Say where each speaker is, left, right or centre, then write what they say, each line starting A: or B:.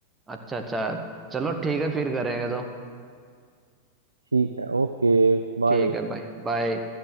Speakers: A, on the right (about 15°); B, on the right (about 80°).
A: अच्छा अच्छा चलो ठीक है फिर करेंगे तो
B: ठीक है ओके बाय
A: ठीक है भाई बाय